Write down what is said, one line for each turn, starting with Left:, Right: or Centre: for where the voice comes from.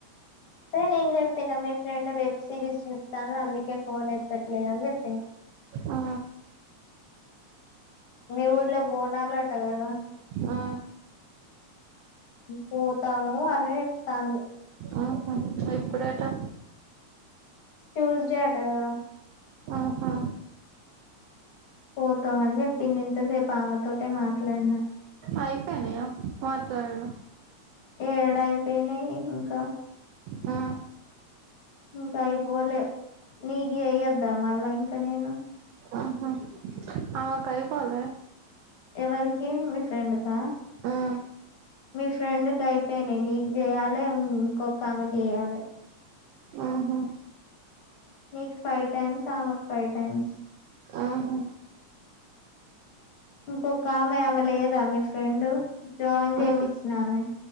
Left: అయితే నేను చెప్పినా మీ ఫ్రెండ్ వెబ్ సిరీస్ చూస్ స్తాంది. అందుకే ఫోన్ ఎత్తట్లేదు అని చెప్పినా.
Right: ఆ
Left: మీ ఊరిలా బోనాలటగదా.
Right: ఆ
Left: పోతాము అని చెప్తాంది.
Right: ఆహా ఎప్పుడటా?
Left: ట్యూస్డే అట కదా.
Right: ఆహా
Left: పోతమని చెప్పింది. ఇంతసేపు ఆమె తోటే మాట్లాడిన.
Right: అయిపేయినయా మాట్లాడం.
Left: ఏడయిపోయినయి ఇంకా.
Right: ఆ
Left: ఇంకా అయిపోలే నీగి చెయోద్దా మళ్ళా ఇంకా నేను.
Right: ఆహా ఆమెకు అయ్యిపోలే
Left: ఎవరికి మీ ఫ్రెండ్ కా
Right: ఆ
Left: మీ ఫ్రెండ్ కి అయిపోయినయి. నీకు చేయాలె, ఇంకొక ఆమెకి చేయాలె.
Right: ఆహా
Left: నీకు ఫైవ్ టైమ్స్ ఆ మాక్ ఫైవ్ టైమ్స్
Right: ఆహా
Left: ఇంకొక ఆమె ఆమె లేదా మీ ఫ్రెండు జాయిన్ చేయిచ్చినామె
Right: ఆ